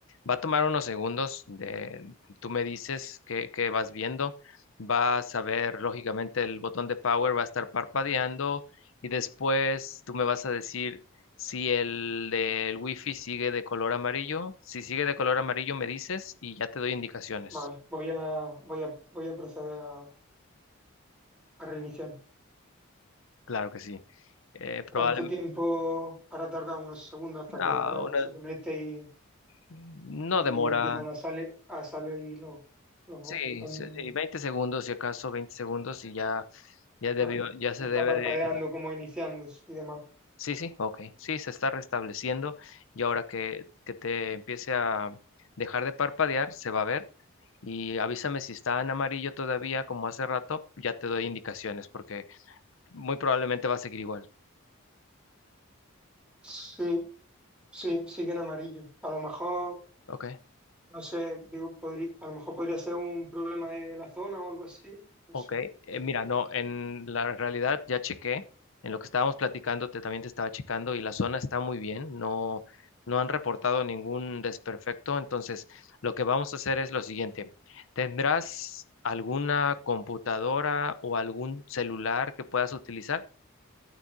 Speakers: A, on the left; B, in the centre.
A: va a tomar unos segundos de, tú me dices que, que vas viendo, vas a ver, lógicamente el botón de power va a estar parpadeando y después tú me vas a decir si el del wifi sigue de color amarillo. Si sigue de color amarillo me dices y ya te doy indicaciones.
B: Vale. Voy a, voy a, voy a proceder a, a reiniciar.
A: Claro que sí. probablemente,
B: ¿Cuánto tiempo hará tardar unos segundos hasta
A: no,
B: que, claro,
A: una-
B: se conecte
A: no
B: y
A: demora,
B: empiezan a salir, a salir los, los,
A: Sí,
B: los-
A: sí, sí, 20 segundos, si acaso 20 segundos y ya, ya debió,
B: bueno,
A: ya
B: ya
A: se
B: está
A: debe
B: parpadeando
A: de...
B: como iniciándose y demás.
A: Sí, sí, ok. Sí, se está restableciendo y ahora que, que te empiece a dejar de parpadear, se va a ver. Y avísame si está en amarillo todavía, como hace rato, ya te doy indicaciones porque muy probablemente va a seguir igual.
B: Sí, sí, sigue en amarillo. A lo mejor,
A: Ok.
B: no sé, digo, podrí- a lo mejor podría ser un problema de la zona o algo así, no
A: Ok,
B: sé.
A: eh,
B: Eh,
A: mira, no, en la realidad ya chequé, en lo que estábamos platicando te, también te estaba checando y la zona está muy bien, no, no han reportado ningún desperfecto, entonces lo que vamos a hacer es lo siguiente, ¿tendrás alguna computadora o algún celular que puedas utilizar?